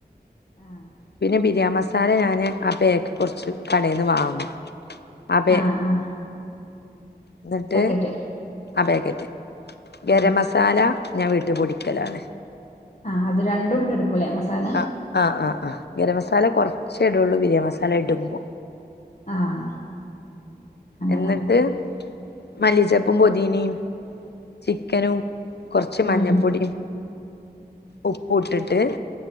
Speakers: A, on the left; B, on the left.
A: ആഹ്
B: പിന്നെ ബിരിയാമസാല ഞാന് ആഹ് പേക്ക് കെറച്ച് കടൽന്ന് വാങ്ങും. അമ്പേ
A: ആഹ് ആഹ്
B: ന്നിട്ട്
A: പാക്കറ്റ്
B: ആഹ് പേക്കറ്റ് ഗരം
A: ഉം
B: മസാല ഞാൻ വീട്ട് പൊടിക്കലാണ്.
A: ആഹ് അത് രണ്ടും എടുക്കും കുലെമസാല.
B: ആഹ് ആഹ് ആഹ് ആഹ് ഗരം മസാല കുറച്ചെഇടള്ളൂ ബിരിയാ മസാല ഇടുപോ.
A: ആഹ് അങ്ങനെ
B: എന്നിട്ട്
A: ഉം
B: മല്ലിച്ചപ്പും പൊതിനീ ചിക്കനും കുറച്ച്
A: ഉം
B: മഞ്ഞപ്പൊടി ഉപ്പ് ഇട്ടിട്ട്.